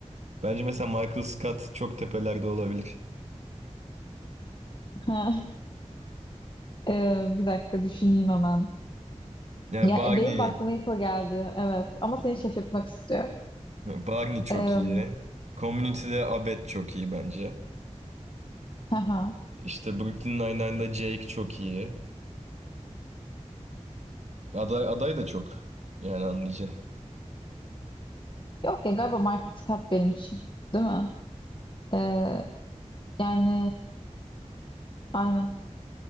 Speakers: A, on the right; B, on the left.
A: Bence mesela Michael Scott çok tepelerde olabilir.
B: Ha. <laughs> Ee, bir dakika düşüneyim hemen.
A: Yani
B: Ya
A: Barney,
B: e, benim de aklıma ilk o geldi. Evet ama seni şaşırtmak istiyor.
A: Barney çok
B: Ee,
A: iyi. Community'de Abed çok iyi bence.
B: hı hı.
A: İşte Brooklyn Nine-Nine'da Jake çok iyi. Aday, aday da çok. Yani anlayacağın.
B: Yok ya galiba Michael Scott benim için. Değil mi? Ee, yani aynen.